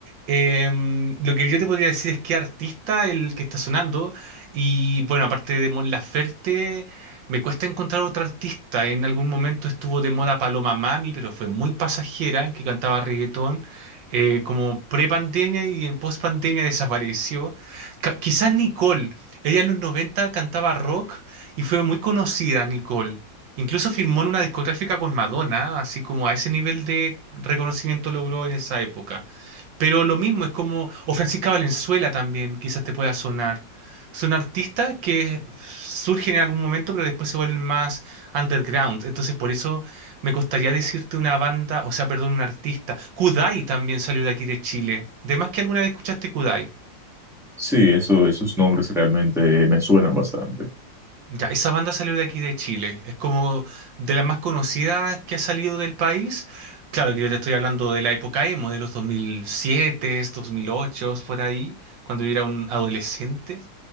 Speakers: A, on the right; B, in the centre.
A: Em, lo que yo te podría decir es qué artista el que está sonando y bueno, aparte de Mon Laferte, me cuesta encontrar otro artista. En algún momento estuvo de moda Paloma Mami, pero fue muy pasajera, que cantaba reggaetón eh, como pre-pandemia y en post-pandemia desapareció. Ca- quizás Nicole, ella en los 90 cantaba rock y fue muy conocida, Nicole. Incluso firmó en una discográfica con Madonna, así como a ese nivel de reconocimiento logró en esa época. Pero lo mismo es como, o Francisca Valenzuela también, quizás te pueda sonar. Son artistas que surgen en algún momento, pero después se vuelven más underground. Entonces, por eso me costaría decirte una banda, o sea, perdón, un artista. Kudai también salió de aquí de Chile. De más que alguna vez escuchaste Kudai.
B: Sí, eso, esos nombres realmente me suenan bastante,
A: Ya, esa banda salió de aquí de Chile. Es como de las más conocidas que ha salido del país. Claro que yo te estoy hablando de la época emo, de los 2007, 2008, por ahí, cuando yo era un adolescente.